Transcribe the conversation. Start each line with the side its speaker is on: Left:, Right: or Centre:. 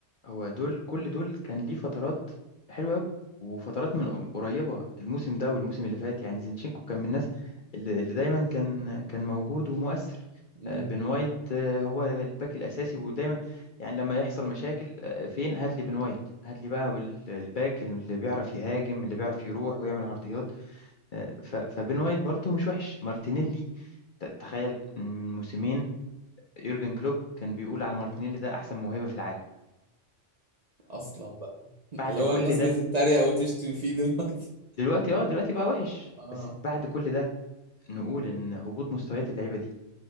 Left: هو دول كل دول كان ليه فترات حلوة قوي وفترات من قريبة الموسم ده والموسم اللي فات يعني زينشينكو كان من الناس اللي, اللي دايما كان كان موجود ومؤثر
Right: م-
Left: آه، بن وايت آه، هو الباك الأساسي ودايما يعني لما يحصل مشاكل آه، فين هات لي بن وايت هات لي بقى ال- الباك اللي بيعرف يهاجم اللي بيعرف يروح ويعمل عرضيات آه، ف- فبين وايت برضو مش وحش مارتينيلي ت- تخيل من موسمين يورجن كلوب كان بيقول على مارتينيلي ده احسن موهبة في العالم
Right: اصلا بقى <laughs>
Left: فبعد
Right: لو
Left: كل
Right: الناس
Left: ده
Right: بتتريق او تشتم فيه دلوقتي
Left: دلوقتي اه دلوقتي بقى وحش
Right: اه
Left: بس بعد كل ده نقول ان هبوط مستويات اللعيبة دي